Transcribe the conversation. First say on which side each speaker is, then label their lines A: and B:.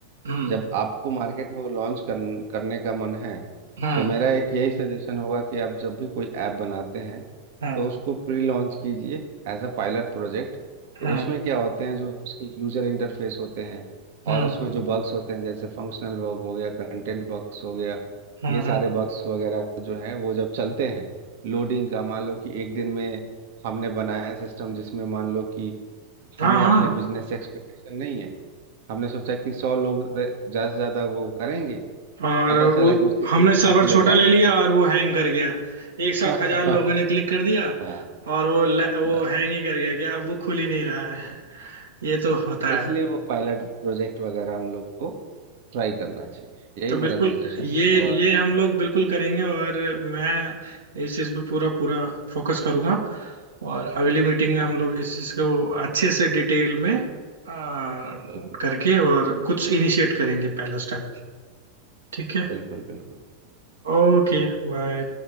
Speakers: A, on the right (about 70°); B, on the right (about 50°).
A: हम्म
B: जब आपको मार्केट में वो लॉन्च कर, करने का मन है
A: हम्म
B: तो मेरा एक यही सजेशन होगा कि आप जब भी कोई ऐप बनाते हैं
A: हम्म
B: तो उसको प्री लॉन्च कीजिए एज अ पायलट प्रोजेक्ट तो
A: हम्म
B: उसमें क्या होते हैं जो उसके यूजर इंटरफेस होते हैं
A: हम्म
B: और उसमें जो बग्स होते हैं जैसे फंक्शनल बग हो गया कंटेंट बग्स हो गया
A: हम्म,
B: ये सारे
A: हम्म।
B: बग्स वगैरह जो हैं वो जब चलते हैं लोडिंग का मान लो कि एक दिन में हमने बनाया सिस्टम जिसमें मान लो कि
A: हाँ
B: हमें
A: हाँ
B: अपने बिजनेस से एक्सपेक्टेशन नहीं है हमने सोचा कि सौ लोग रे- ज़्यादा से ज़्यादा वो करेंगे
A: और
B: पता चला
A: वो
B: कि उस दिन
A: हमने
B: एक
A: सर्वर
B: लाख
A: छोटा
B: लोग आ
A: ले
B: गए
A: लिया और वो हैंग कर गया एक साथ
B: <laughs>
A: हजार लोगों ने क्लिक कर दिया
B: हाँ
A: और वो ल- वो
B: बस
A: हैंग ही कर गया कि अब वो खुल ही नहीं रहा है ये तो
B: तो
A: होता
B: इसलिए
A: है
B: वो पायलट प्रोजेक्ट वगैरह हम लोग को ट्राई करना चाहिए यही
A: तो
B: मेरा
A: बिल्कुल
B: सजेशन
A: ये
B: है और
A: ये हम लोग बिल्कुल करेंगे और मैं इस चीज़ पे पूरा पूरा फोकस करूंगा और अगली मीटिंग में हम
B: बिल्कुल
A: लोग इस चीज़ को अच्छे से डिटेल में आ,
B: बिल्कुल
A: करके और कुछ इनिशिएट करेंगे पहला स्टेप ठीक है
B: बिल्कुल बिल्कुल
A: ओके बाय